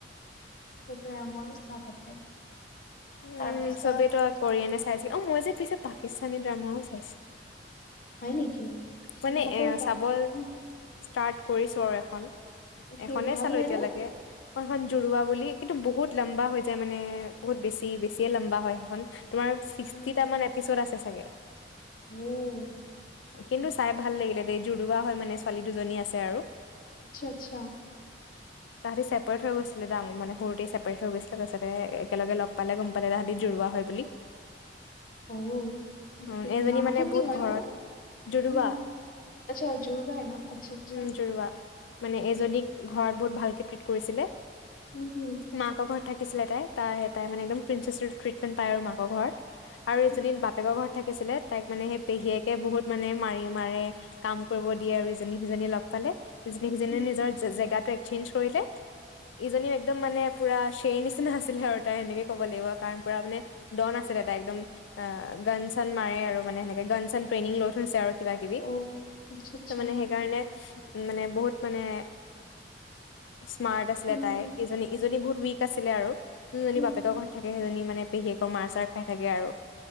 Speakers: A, on the left (about 50°); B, on the left (about 85°).
A: সেইটোৱে আ মইয়ো চাও তাতে,
B: উম
A: তাৰপিছত
B: চবেতো কৰিয়ানে চাইছিল অ, মই যে পিছে পাকিস্তানী ড্ৰামাও চাইছো।
A: হয় নেকি? সিহঁতৰ
B: মানে এ
A: দাম
B: চাবৰ
A: উম
B: ষ্টাৰ্ট কৰিছোঁ আৰু এখন,
A: অকে
B: এখনেই
A: ভাল
B: চালো
A: হয়নে
B: এতিয়ালৈকে। মই সেখন জোৰোৱা বুলি কিন্তু বহুত লম্বা হৈ যায় মানে, বহুত বেছি বেছিয়ে লম্বা হয় সেইখন। তোমাৰ ছিক্সটিটা
A: উম,
B: মান এপিচড আছে চাগে।
A: অ',
B: কিন্তু
A: অ'কে,
B: চাই ভাল লাগিলে দেই জুৰুবা হয় মানে ছোৱালী দুজনী আছে আৰু।
A: আচ্ছা আচ্ছা,
B: তাহাতি ছেপাৰেট হৈ গৈছিলে <unintelligible> সৰুতে ছেপাৰেট হৈ গৈছিলে তাৰপিছতে একেলগে লগ পালে গম পালে তাহাঁতি জুৰোৱা হয় বুলি।
A: অ', অকে
B: উম এজনী
A: নামটো
B: মানে
A: কি
B: বহুত
A: হয়
B: ঘৰত
A: নো?
B: জুৰুৱা
A: উম হুম, আচ্ছা জুৰবাই ন' আচ্ছা, আচ্ছা।
B: উম জোৰুৱা, মানে এজনীক ঘৰত বহুত ভালকে ট্ৰিট কৰিছিলে।
A: উম হুম,
B: মাকৰ ঘৰত থাকিছিলে তাই তাই তাই মানে একদম প্ৰিচছেচ ট্ৰিটমেণ্ট পায় আৰু মাকৰ ঘৰত। আৰু এজনীৰ
A: উম,
B: বা বাপেকৰ ঘৰত থাকিছিলে তাইক মানে সেই পেহীয়েকে বহুত মানে মাৰি মাৰে কাম কৰিব দিয়ে আৰু জিবি ইজনী সিজনীয়ে লগ পালে সিজনী সিজনী
A: উম,
B: নিজৰ জেগাটো একচেঞ্জ কৰিলে। ইজনীও একদম মানে পুৰা শ্বেৰ নিচিনা আছিলে আৰু তাই সেনেকে ক'ব লাগিব কাৰণ পুৰা মানে ডন আছিলে তাই একদম, আ গান চান মাৰে আৰু মানে সেনেকে গান চান ট্ৰেইনিং লৈ থৈছে আৰু। কিবা কিবি,
A: অ', আচ্ছা, আচ্ছা,
B: ত' মানে সেইকাৰণে, উম মানে বহুত মানে স্মাৰ্ট আছিলে
A: উম,
B: তাই ইজনী ইজনী বহুত উইক আছিলে আৰু, যোনজনী
A: হুম,
B: বাপেকৰ
A: উম, হুম,
B: ঘৰত থাকে সেইজনী মানে পেহীয়েকৰ মাৰ চাৰ খাই থাকে আৰু,